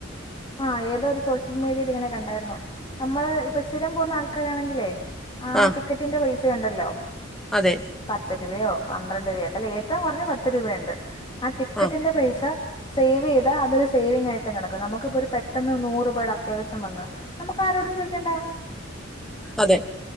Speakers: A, on the left (about 25°); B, in the centre.
A: ആഹ ഏതോ ഒരു സോഷ്യൽ മീഡിയയിൽ ഇങ്ങനെ കണ്ടായിരുന്നു നമ്മള് ഇപ്പൊ സ്ഥിരം പോകുന്ന ആൾക്കാരാണെങ്കിലേ ആ
B: ആഹ്
A: ടിക്കറ്റിന്റെ പൈസ ഉണ്ടല്ലോ
B: അതെ
A: പത്ത് രൂപയോ പന്ത്രണ്ട് രൂപ എന്താല ഏറ്റവും പറഞ്ഞ പത്ത് രൂപയുണ്ട് ആ ടിക്കറ്റിന്റെ
B: ആഹ്
A: പൈസ സേവ് ചെയ്താ അതോരു സേവിംങ് ആയിട്ട് കി നമുക്കിപ്പൊ ഒരു പെട്ടന്ന് നൂറ്പയുടെ അത്യാവശ്യം വന്ന് നമുക്ക് ആരോടും ചോദിക്കേണ്ട
B: അതെ